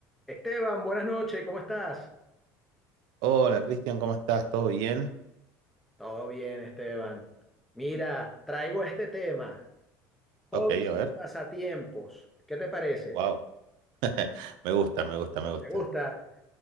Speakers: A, in the centre; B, on the right.
A: Esteban, buenas noches, ¿cómo estás?
B: Hola Cristian, ¿cómo estás? ¿Todo bien?
A: Todo bien, Esteban. Mira, traigo este tema, hobbies
B: Ok, a ver.
A: y pasatiempos. ¿Qué te parece?
B: Wow. <laughs> Me gusta, me gusta, me gusta.
A: ¿Te gusta?